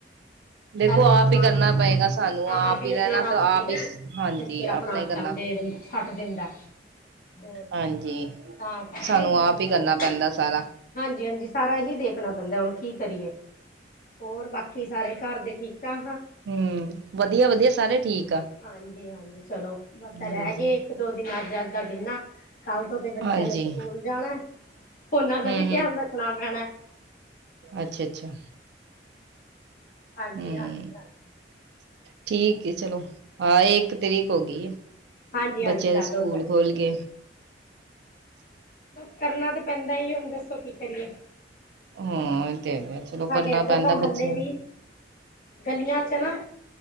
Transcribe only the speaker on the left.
ਥੈਲੇ
'ਚ' ਪਾ
ਕੇ ਆਪਣਾ
ਆਪ ਵੀ
ਆਪਣਾ
ਰੱਖ
ਦਈਦਾ
ਤੇ ਫੇਰ ਆਪਣਾ
ਜਾਂਦੇ ਬੰਦਾ ਛੱ ਛੱਡ ਦਿੰਦਾ। <unintelligible>
ਹਾਂਜੀ-ਹਾਂਜੀ ਸਾਰਾ ਹੀ ਦੇਖਣਾ ਪੈਂਦਾ, ਹੁਣ ਕੀ ਕਰੀਏ। ਹੋਰ ਬਾਕੀ ਸਾਰੇ ਘਰ ਦੇ ਠੀਕ-ਠਾਕ ਆ?
ਹਾਂਜੀ-ਹਾਂਜੀ, ਚਲੋ ਬਸ
ਰਹਿ ਗਏ ਦੋ ਦਿਨ ਅੱਜ-ਅੱਜ ਦਾ ਦਿਨ ਆ, ਕੱਲ ਤੋਂ ਤੇ ਬੱਚਿਆਂ
ਨੇ ਸਕੂਲ ਜਾਣਾ। ਉਹਨਾਂ
ਦਾ ਵੀ ਧਿਆਨ ਰੱਖਣਾ ਪੈਣਾ।
ਹਾਂਜੀ-ਹਾਂਜੀ-ਹਾਂਜੀ।
ਹਾਂਜੀ ਹਾਂਜੀ
ਗੱਲ
ਹੋ ਜਾਣੀ
ਹੈ
ਬਸ ਕਰਨਾ ਤਾਂ ਪੈਂਦਾ ਈ ਆ, ਹੁਣ ਦੱਸੋ ਕੀ ਕਰੀਏ?
ਸਾਡੇ
ਇੱਧਰ
ਤਾਂ
ਹਾਲੇ ਵੀ
ਗਲੀਆਂ 'ਚ ਨਾ